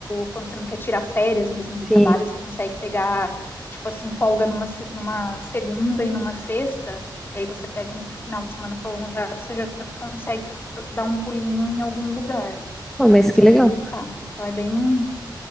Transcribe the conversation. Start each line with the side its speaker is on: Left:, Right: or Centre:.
Left: quando você não quer tirar férias mesmo do
Centre: Sim.
Left: trabalho, você consegue pegar, tipo assim, folga numa, se- numa segunda e numa sexta, e aí você pega um final de semana prolongado, você já consegue f- dar um pulinho em algum lugar,
Centre: Pô, mas
Left: consegue
Centre: que legal.
Left: visitar. Então, é bem,